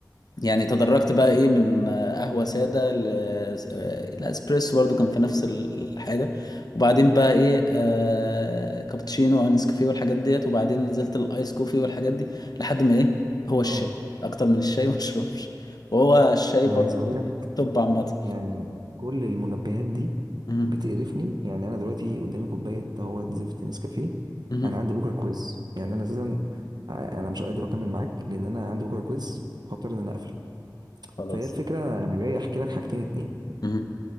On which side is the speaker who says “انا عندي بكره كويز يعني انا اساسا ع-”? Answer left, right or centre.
Right